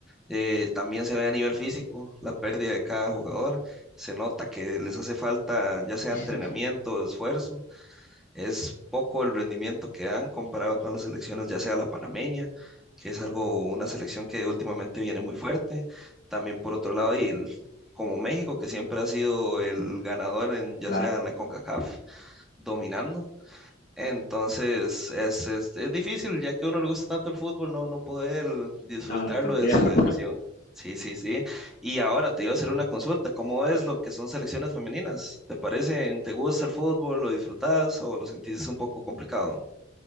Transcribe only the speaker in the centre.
Eh, también se ve a nivel físico la pérdida de cada jugador. Se nota que les hace falta ya sea
entrenamiento, esfuerzo es poco el rendimiento que dan comparado con las selecciones, ya sea la panameña, que es algo, una selección que últimamente viene muy fuerte. También por otro lado, y el- como México, que siempre ha sido el ganador en, ya
sea en la CONCACAF, dominando. Entonces es, es, es difícil, ya que a uno le gusta tanto el fútbol, no, no poder disfrutarlo
en su elección. Sí, sí, sí. Y ahora te iba a hacer una consulta. ¿Cómo es
lo que son selecciones femeninas? ¿Te parecen, te gusta el fútbol, lo disfrutas o lo sentís un poco complicado?